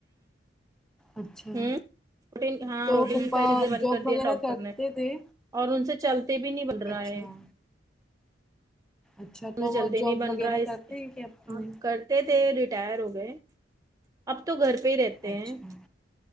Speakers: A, in the centre; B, on the right.
A: اچھا
B: ہوں پروٹین ہاں
A: تو
B: پروٹین
A: پھوپھا
B: کی ساری چیزیں بند
A: جوب
B: کر دی
A: وغیرہ
B: ڈاکٹر
A: کرتے
B: نے
A: تھے
B: اور ان سے چلتے بھی نہیں بن رہا
A: اچھا
B: ہے
A: اچھا
B: مجھے
A: تو وہ
B: جلدی
A: جاب
B: نہیں بن
A: وغیرہ
B: رہا ہے
A: کرتے
B: اس
A: ہیں کہ اپنے
B: آج کل تے تھے ریٹائر ہو گئے اب تو گھر پہ ہی رہتے
A: اچھا
B: ہیں